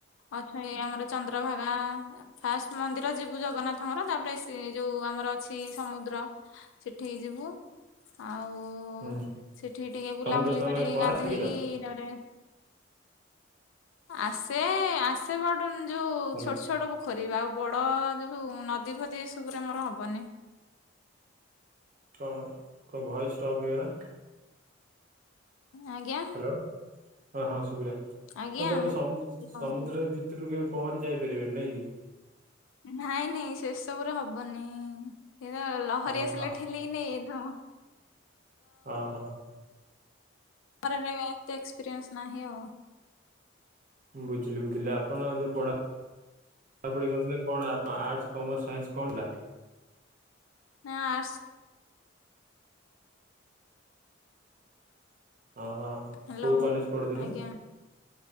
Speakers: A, on the left; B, on the right.
A: ଅଛଇ ଆମର ଚନ୍ଦ୍ରଭାଗା ଫାଷ୍ଟ ମନ୍ଦିର ଯିବୁ ଜଗନ୍ନାଥଙ୍କର ତାପରେ ସେ ଯୋଉ ଆମର ଅଛି ସମୁଦ୍ର ସେଠିକି ଯିବୁ ଆଉ ଓ
B: ହୁଁ
A: ସେଠି ଟିକେ ବୁଲାବୁଲି
B: ସମୁଦ୍ର ତମେ
A: କରିିକି
B: ପହଁରା
A: ଗାଧେଇକି
B: ଶିଖିଛ
A: ତାପରେ ଆସେ ଆସେ ବଟ ଯୋଉ
B: ହାଲୋ
A: ଛୋଟ ଛୋଟ ବୁଖ୍ ରିବି ଆଉ ବଡ଼ ଯୋଉ ନଦୀ ଫଦୀ ଏସବୁରେ ମୋର ହବନି।
B: କଣ କଣ ଭଏସ୍ ଷ୍ଟପ ହେଇଗଲା?
A: ଆଜ୍ଞା।
B: ହାଲୋ ହଁ ହଁ ସୁବିଲା ହଉ
A: ଆଜ୍ଞା
B: ତମେ ସମ ସମୁଦ୍ର
A: ହଁ।
B: ଭିତରୁ କେବେ? ପହଁରି ଯାଇପାରିବେନି ନାଇଁ କି?
A: ନାଇଁ ନାଇଁ ସେସବୁରେ ହବନି। ଏ ତ ଲହରୀ
B: ହଁ
A: ଆସିଲେ
B: ହଁ
A: ଠେଲିକି ନେଇଯାଇ ଥିବ।
B: ଓ ହୋ।
A: ମରରେ ଏତେ ଏକ୍ସପିରିଏନ୍ସ ନାହିଁ ଓ
B: ବୁଝିଲି ବୁଝିଲି ଆପଣ ଯୋଉ ପଢ଼ା ପଢ଼ାପଢ଼ି କରୁଥିଲେ କଣ ଆପଣ ଆର୍ଟସ କମର୍ସ ସାଇନ୍ସ କଣ ଥିଲା?
A: ନାଁ ଆର୍ଟସ୍।
B: ଓହୋ
A: ହ୍ୟାଲୋ
B: କୋଉଁ କଲେଜ ପଢ଼ୁଥିଲେ?
A: ଆଜ୍ଞା